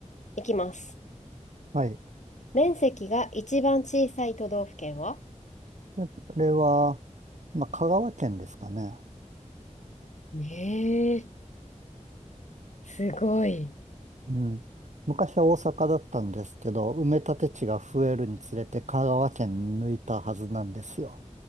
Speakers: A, on the left; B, on the right.
A: いきます。
B: はい。
A: 面積が一番小さい都道府県は
B: <laughs> あれは、まあ、香川県ですかね。
A: ねえ、すごい。
B: うん。昔は大阪だったんですけど、埋め立て地が増えるにつれて香川県抜いたはずなんですよ。